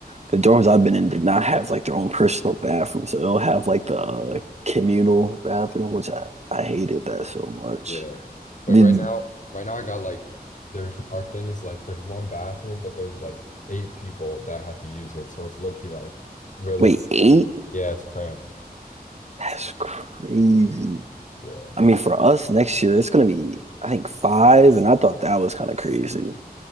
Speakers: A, on the right (about 45°); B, on the left (about 50°).
A: the dorms I've been in did not have like their own personal bathroom, so they'll have like the uh, communal bathroom, which I I hated that so much.
B: Yeah, but
A: Did
B: right now, right now I got like there's our thing is like there's one bathroom, but there's like eight people that have to use it, so it's low key like really
A: wait
B: like
A: eight?
B: yeah, it's cramped.
A: That's crazy.
B: Yeah.
A: I mean, for us next year, it's gonna be I think five, and I thought that was kind of crazy.